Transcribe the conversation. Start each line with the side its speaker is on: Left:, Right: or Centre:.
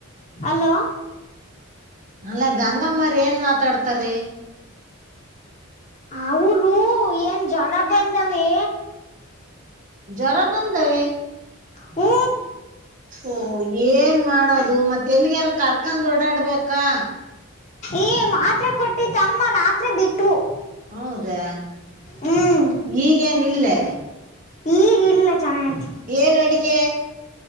Left: ಅಲೋ.
Right: ಅಲ್ಲಾ ಗಂಗಮ್ಮ್ರ ಏನ್ ಮಾತಾಡ್ತಾರೀ.
Left: ಅವರು ಏನ್ ಜ್ವರ ಬಂದಾವೇ.
Right: ಜರ ಬಂದವೆ.
Left: ಹೋ
Right: ತು ಏನ್ ಮಾಡೋದು ಮತ್ತೆ ಎಲ್ಲಿಗಾರ ಕರ್ಕೊಂಡ್ ಓಡಾಡ್ಬೇಕಾ.
Left: ಈ ಮಾತ್ರೆ ಕೊಟ್ಟಿತ್ ಅಮ್ಮ ರಾತ್ರಿ ಬಿಟ್ವು.
Right: ಹೌದಾ
Left: ಹ್ಮ್
Right: ಈಗೇನಿಲ್ಲೆ.
Left: ಈಗ ಇಲ್ಲ ಚೆನ್ನಾಗೈತಿ
Right: ಏನ್ ಅಡಗೆ.